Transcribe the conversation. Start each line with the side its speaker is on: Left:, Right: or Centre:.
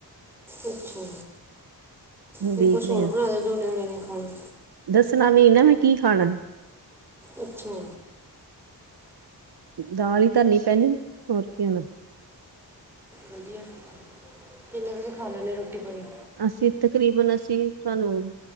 Centre: ਅੱਛਾ
Right: ਹੁਣ
Centre: ਫੇ
Right: ਦੇਖਦੇ
Centre: ਕੁਛ ਹੋਰ
Right: ਹਾਂ
Centre: ਬਣਾ ਦੇ ਜੋ ਨਿਆਣੇ ਨੇ ਖਾਣੇ।
Right: ਦੱਸਣਾ ਵੀ ਨਾ ਮੈਂ ਕੀ ਖਾਣਾ।
Centre: ਅੱਛਾ।
Right: ਦਾਲ ਈ ਧਰਨੀ ਪੈਣੀ ਹੋਰ ਕੀ <unintelligible>
Centre: ਵਧੀਆ ਕਿੰਨੇ ਵਜੇ ਖਾ ਲੈਂਦੇ ਰੋਟੀ ਪਾਣੀ?
Right: ਅਸੀਂ ਤਕਰੀਬਨ ਅਸੀਂ ਸਾਨੂੰ